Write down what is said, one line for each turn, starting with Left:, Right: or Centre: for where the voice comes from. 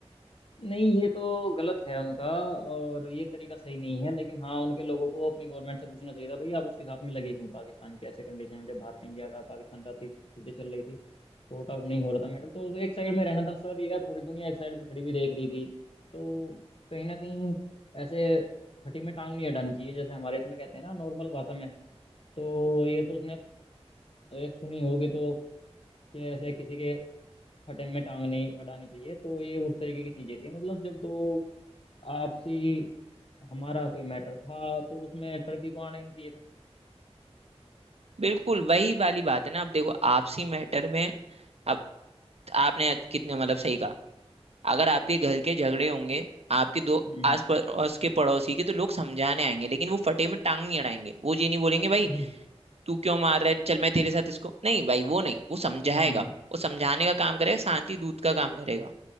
Left: नहीं ये तो गलत है उनका और ये तरीका सही नहीं है लेकिन हाँ उनके लोगों को अपनी गवर्नमेंट से पूछना चाहिए था भाई आप उसके साथ में लगे क्यों पाकिस्तान के ऐसे कंडीशन में जब भारत इंडिया का पाकिस्तान का चीज- चीजें चल रही थी सॉर्ट आउट नहीं हो रहा था मैटर तो एक साइड में रहना था सर यार पूरी दुनिया एक साइड में खड़ी हुई देख रही थी तो कहीं ना कहीं ऐसे खटी में टांग नहीं अड़ानी चाहिए जैसे हमारे इसमें कहते हैं ना नॉर्मल भाषा में तो ये तो उसने एक सुनी होगी तो कि ऐसे किसी के फटे में टांग नहीं अड़ानी चाहिए तो ये उस तरीके की चीजें थी मतलब जब तो आपसी हमारा कोई मैटर था तो उसमें टर्की को आना ही नहीं चाहिए था
Right: बिल्कुल वही वाली बात है ना अब देखो आपसी मैटर में अब आपने आज कितने मतलब सही कहा अगर आपके घर के झगड़े होंगे आपके दो
Left: हम्म
Right: आस पड़ोस के पड़ोसी के तो लोग समझाने आएंगे लेकिन वो फटे में टांग नहीं अड़ाएंगे वो ये नहीं बोलेंगे
Left: वही
Right: भाई
Left: ना
Right: तू क्यों मार रहा है चल मैं तेरे साथ इसको नहीं भाई वो नहीं वो समझाएगा
Left: हम्म
Right: वो समझाने का काम करेगा शांति दूत का काम करेगा